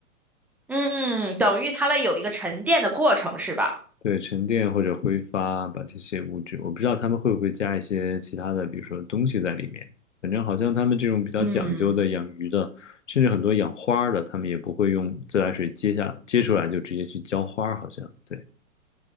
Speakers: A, in the centre; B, on the left.
A: 嗯，等于它了有一个沉淀的过程是吧？
B: 对，沉淀或者挥发，把这些物质，我不知道他们会不会加一些其他的，比如说东西在里面。反正好像他们这种比较讲究的养鱼的，
A: 嗯，
B: 甚至很多养花儿的，他们也不会用自来水接下接出来就直接去浇花儿，好像对，